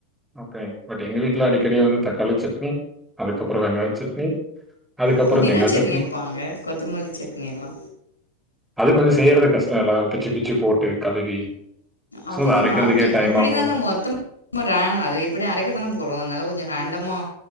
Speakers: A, in the centre; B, on the left.
A: ஓகே பட் எங்க வீட்ல அடிக்கடி வந்து தக்காளி சட்னி அதுக்கப்புறோ வெங்காய சட்னி அதுக்கப்புறம்
B: புதினா
A: தேங்காய்
B: சட்னி வைப்பாங்க கொத்தமல்லி சட்னில்லா
A: அது கொஞ்சோ செய்யறது கஷ்டோல்லா பிச்சு பிச்சு போட்டு கழுவி
B: அது
A: ஸோ அத
B: என்ன
A: அரைக்கிறதுக்கே
B: நால் பே
A: டைம்
B: இப்பிடிதான
A: ஆகும்.
B: மொத்தமா ம்மர அது எப்படி அரைக்கத்தான போறோ அதனால கொஞ்சோ ரேண்டமா